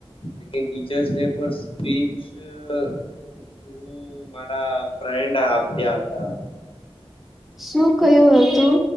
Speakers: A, on the left; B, in the centre.
A: એ કઈ ટીચર્સ ડે. પર સ્પીચ અહ હું મારા ફ્રેન્ડ આ આપ્યા હતા.
B: શું કયું હતું?